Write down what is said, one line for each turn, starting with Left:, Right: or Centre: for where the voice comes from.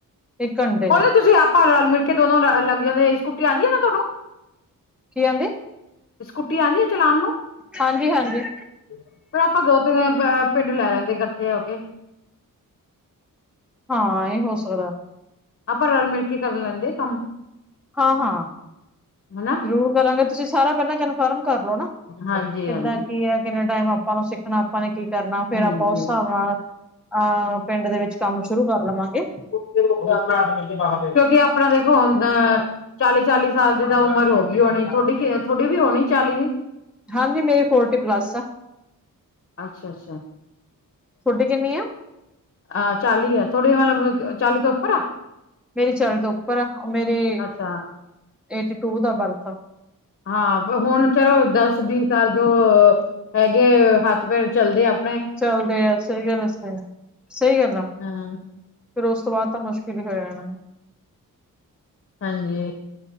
Centre: ਇੱਕ ਘੰਟੇ ਚ
Left: ਕੋਈ ਨੀ ਤੁਸੀਂ ਆਪਾਂ ਰਲ-ਮਿਲ ਕੇ ਦੋਨੋ ਲੱਗ ਜਾਂਦੇ ਸਕੂਟੀ ਆਉਂਦੀ ਹੈ ਨਾ ਤੁਹਾਨੂੰ।
Centre: ਕੀ ਆਦੀ?
Left: ਸਕੁਟੀ ਆਂਦੀ ਹੈ ਚਲਾਉਣ ਨੂੰ?
Centre: ਹਾਂਜੀ-ਹਾਂਜੀ।
Left: ਫੇਰ ਆਪਾਂ ਦੋ-ਤਿੰਨ ਪਿੰਡ ਲੈ ਲੈਂਦੇ ਇਕੱਠੇ ਹੋ ਕੇ।
Centre: ਹਾਂ ਇਹ ਹੋ ਸਕਦੈ।
Left: ਆਪਾਂ ਰਲ-ਮਿਲ ਕੇ ਕਰ ਲੈਂਦੇ ਕੰਮ।
Centre: ਹਾਂ-ਹਾਂ
Left: ਹਨਾ
Centre: ਜ਼ਰੂਰ ਕਰਾਂਗੇ ਤੁਸੀਂ ਸਾਰਾ ਪਹਿਲਾਂ ਕਨਫਰਮ ਕਰਲੋ ਨਾ
Left: ਹਾਂਜੀ
Centre: ਕਿੱਦਾਂ
Left: ਹਾਂਜੀ
Centre: ਕੀ ਆ ਕਿੰਨੇ ਟਾਈਮ ਆਪਾਂ ਨੂੰ ਸਿੱਖ ਨਾ ਆਪਾਂ ਨੇ ਕਰਨਾ ਫੇਰ
Left: ਹਾਂਜੀ
Centre: ਆਪਾਂ ਉਸ ਹਿਸਾਬ ਨਾਲ ਅ ਪਿੰਡ ਦੇ ਵਿੱਚ ਕੰਮ ਸ਼ੁਰੂ ਕਰ ਲਵਾਂਗੇ।
Left: ਕਿਉਂਕਿ ਆਪਣਾ ਦੇਖੋ ਹੁਨ ਅ ਚਾਲੀ-ਚਾਲੀ ਸਾਲ ਦੀ ਤਾਂ ਉਮਰ ਹੋ ਗਈ ਹੋਣੀ ਥੋਡੀ ਥੋਡੀ ਵੀ ਹੋਣੀ ਚਾਲੀ ਦੀ।
Centre: ਹਾਂਜੀ ਮੇਰੀ ਫੋਰਟੀ ਪਲੱਸ ਆ।
Left: ਅੱਛਾ-ਅੱਛਾ
Centre: ਥੋਡੀ ਕਿਨੀ ਆ।
Left: ਅ ਚਾਲੀ ਆ, ਥੋੜੇ ਮਤਲਬ ਚਾਲੀ ਤੋਂ ਉੱਪਰ ਆ।
Centre: ਮੇਰੀ ਚਾਲੀ ਤੋਂ ਉੱਪਰ ਐ, ਮੇਰੀ
Left: ਅੱਛਾ
Centre: ਏਟੀ ਟੂ ਦਾ ਬਰਥ ਐ।
Left: ਹਾਂ, ਹੁਨ ਚਲੋ ਦਸ ਵੀਹ ਸਾਲ ਜੋ ਹੈਗੇ ਹੱਥ-ਪੈਰ ਚੱਲਦੇ ਅਪ
Centre: ਚੱਲਦੇ ਆ, ਸਈ ਗੱਲ ਆ, ਸਈ ਗੱਲ, ਸਈ ਗੱਲ ਆ।
Left: ਹਾਂ
Centre: ਫੇਰ ਓਸ ਤੋਂ ਬਾਦ ਤਾਂ ਮੁਸ਼ਕਿਲ ਹੀ ਹੋ ਜਾਣਾ।
Left: ਹਾਂਜੀ।